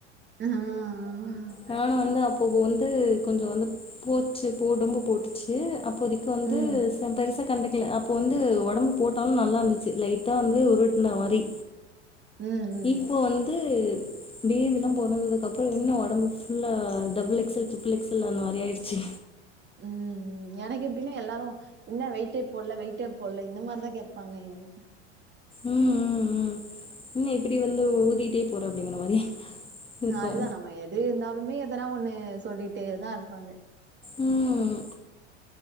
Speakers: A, on the right; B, on the left.
A: ப்தனா ஆ ஆ
B: நானு வந்து அப்பப்போ வந்து கொஞ்சோ வந்து போச்சு போ ஒடம்பு போட்டுச்சு அப் போதைக்கு வந்து
A: ம்
B: ச பெருசா கண்டுக் குல அப்போ வந்து ஒடம்பு போட்டாலு நல்லா இருந்துச்சு லைட்டா வந்து உருட்ன மாரி
A: ம்
B: இப்போ
A: ம்
B: வந்து பேபிலா பொறந்ததுக்குக்கப்புறோ இன்னு ஒடம்பு ஃபுல்லா double X L triple X L அந்த மாரி ஆய்ர்ச்சு
A: ம் ம் எனக்கு எப்டினா எல்லாரு என்ன வெயிட்டே போட்ல வெயிட்டே போட்ல இந்த மாரிதா கேப்பாங்க என்ன
B: ம் ம் ம் இன்ன இப்புடி வந்து ஊதிகிட்டே போற அப்டிங்கிற மாரி
A: இன்ன
B: இருக்கு
A: அதுதா நம்ம எது இருந்தாலுமே எதனா ஒன்னு சொல்லிட்டேதா இருப்பாங்க
B: ம்